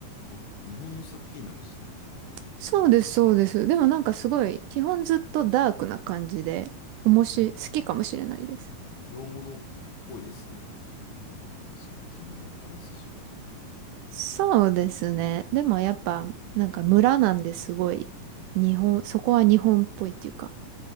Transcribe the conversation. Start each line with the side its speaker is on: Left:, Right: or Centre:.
Left: ー、あ、日本の作品なんですね。
Right: そうです、そうです。でもなんかすごい、基本ずっとダークな感じで、おもし、
Left: うん、
Right: 好きかもしれないです。
Left: 洋物っぽいですね。作品のあらすじが。
Right: そうですね。でもやっぱ、なんか村なんですごい、日本、
Left: うん、
Right: そこは日本っぽいっていうか、